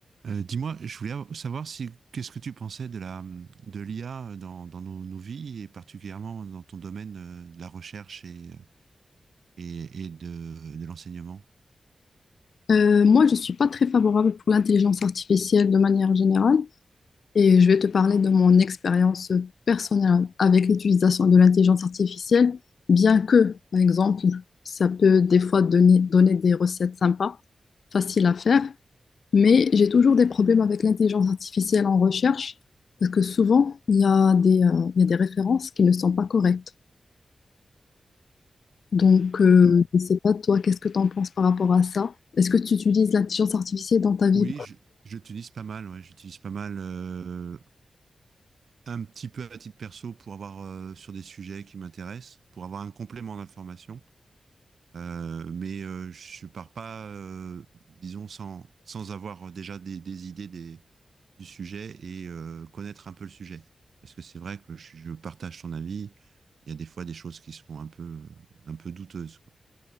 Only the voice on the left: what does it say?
Euh, moi, je ne suis pas très favorable pour l'intelligence artificielle de manière générale et je vais te parler de mon expérience personnelle avec l'utilisation de l'intelligence artificielle, bien que, par exemple, ça peut des fois donner, donner des recettes sympas, faciles à faire, mais j'ai toujours des problèmes avec l'intelligence artificielle en recherche parce que souvent, il y a des, euh, il y a des références qui ne sont pas correctes. Donc, euh,
je ne sais pas, toi, qu'est-ce que tu en penses par rapport à ça? Est-ce que tu utilises l'intelligence artificielle dans ta vie?